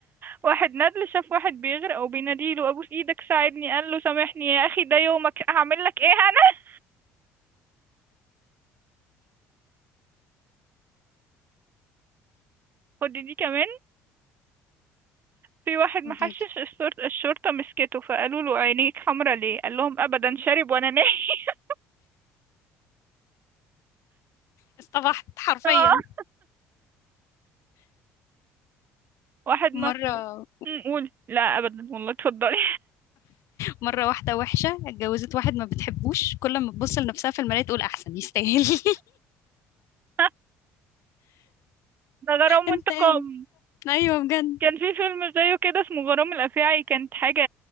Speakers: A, on the right; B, on the left.
A: واحد ندل شاف واحد بيغرق وبيناديله ابوس ايدك ساعدني قال له سامحني يا اخي ده يومك هعمل لك ايه انا <laughs> خد دي كمان في واحد محشش
B: قولي
A: الشرطة الشرطة مسكته فقالوا له عينيك حمرا ليه قال لهم ابدا شارب وانا نايم <laughs>
B: اصطبحت حرفيا
A: آه. واحد مخبوق
B: مرة
A: أم، قول لا ابدا والله اتفضلي
B: مرة واحدة وحشة اتجوزت واحد ما بتحبوش كل ما تبص لنفسها في المراية تقول أحسن يستاهل <laughs>
A: <laughs> ده غرام وانتقام
B: انت قام. أيوه بجد
A: كان في فيلم زيه كده اسمه غرام الافاعي كانت حاجة